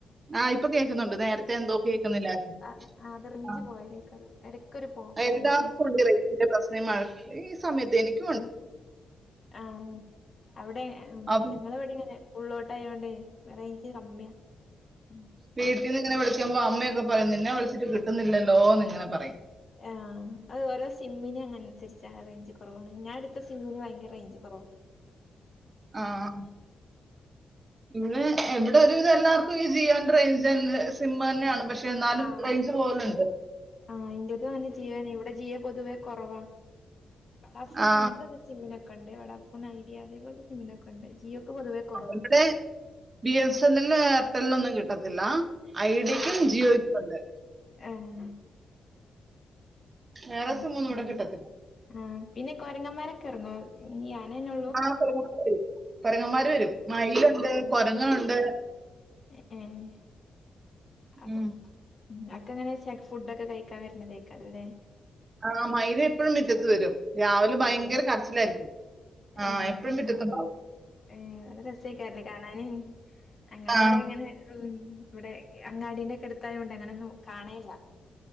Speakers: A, on the right; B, on the left.
A: ആഹ് ഇപ്പൊ കേക്കുന്നുണ്ട് നേര ത്തെ എന്തോ കേക്കുന്നില്ലായിരുന്നു.
B: അത് ആ, അത് റേഞ്ച്
A: ആഹ്
B: പോയതേക്കാരം ഇടക്കൊരു പോക്ക
A: എല്ലാർക്കുണ്ട്
B: റേഞ്ചിന്
A: ഈ റെയ് ഞ്ചിൻ്റെ പ്രശ്നം ഈ മഴ സമയത്ത് എനിക്ക്.
B: ഉം ആഹ് അവിടെ ആഹ്.
A: അപ്പൊ
B: ഞങ്ങളെ ഇവടിം ഇങ്ങനെ ഉള്ളോട്ട് ആയോണ്ടേ വെ റേഞ്ച് കമ്മിയാ. ഉം
A: വീട്ടീന്ന് ഇങ്ങനെ വിളിക്കുമ്പോ അമ്മയൊക്കെ പറയും നിന്നെ വിളിച്ചിട്ട് കിട്ടുന്നില്ലല്ലോ ന്ന് ഇങ്ങനെ പറയും.
B: ആഹ് അത് ഓരോ സിമ്മിനും അങ്ങനന്സരിച്ചാ റേഞ്ച് കൊറവാവ്ണെ. ഞാ എട് ത്ത സിമ്മിന് ഭയങ്കര റേഞ്ച് കൊറവാ.
A: ആഹ്. ഇവിടെ എഹ് ഇവിടെ ഒരുവിധം എല്ലാർക്കും ഈ ജിയോ ന്റെ റേഞ്ച്‌ തൻ സിം തന്നെയാണ് പക്ഷെ. എന്നാലും
B: ആഹ്
A: റേഞ്ച് പോലുണ്ട്
B: ആഹ് ഇന്റെതും അങ്ങനെ ജിയോനി. ഇ വടെ ജിയോ പൊതുവേ കൊറവാ. വടാഫോൺ
A: ആ
B: അങ്ങനത്തെക്കെ സിമ്മിനൊക്കെണ്ട് വടാ ഫൊണ് ഐഡിയ അതേപോല്ത്തെ സിമ്മിനൊക്കെണ്ട്. ജിയോ ക്ക് പൊതുവെ കൊറവാ.
A: ഇവിടെ ബി എസ് എൻ എൽ നും എയർടെലിനൊന്നും കിട്ടത്തില്ല ഐഡിയക്കും ജിയോയ്ക്കും ഉണ്ട്.
B: ഏഹ്.
A: വേറെ
B: ഉം
A: സിം ഒന്നും
B: ഉം.
A: ഇവിടെ കിട്ടത്തില്ല
B: ആഹ് പിന്നെ കൊരങ്ങമാരൊക്കെ എറങ്ങോ ഈ ആനെന്നൊ
A: ആഹ് കൊരങ്ങന്മാര് വരും. കൊരങ്ങന്മാര് വരും മയിലുണ്ട്
B: ഏഹ്
A: കൊരങ്ങനുണ്ട്.
B: ഏഹ് അ
A: ഉം.
B: ഉം. അതൊക്കെങ്ങനെ വെച്ചാ ക് ഫുഡൊക്കെ കഴിക്കാൻ വര്നതേക്കാരല്ലേ.
A: ആഹ് മയിൽ എപ്പഴും മിറ്റത്ത് വരും രാവിലെ ഭയങ്കര
B: ഏഹ്
A: കരച്ചിലായിരിക്കും. ആ
B: ഏഹ്
A: എപ്പോഴും
B: ഞങ്,
A: മുറ്റത്തുണ്ടാവും
B: ഏഹ് നല്ല രസേകാരലേ കാണാന്. ഞങ്ങളെവടെ
A: ആ
B: ഇങ്ങനെ ഉം ഇവടെ അങ്ങാടിന്റെ ഒക്കെ എടുത്തായോണ്ട് അങ്ങനൊന്നും കാണേല്ല.